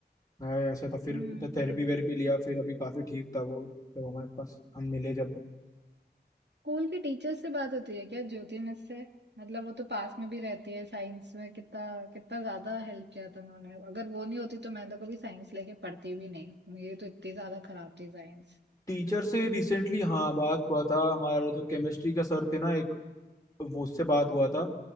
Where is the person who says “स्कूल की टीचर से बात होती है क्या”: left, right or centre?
Right